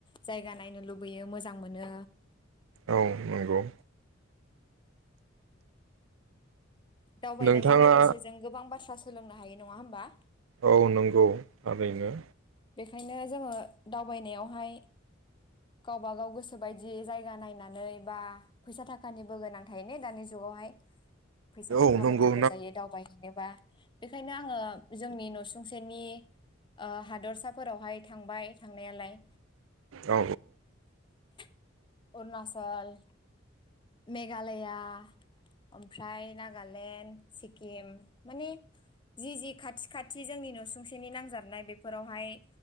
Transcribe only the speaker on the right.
औ नंगौ।
नोंथाङा
औ नंगौ। थारैनो।
औ
नंगौ
औ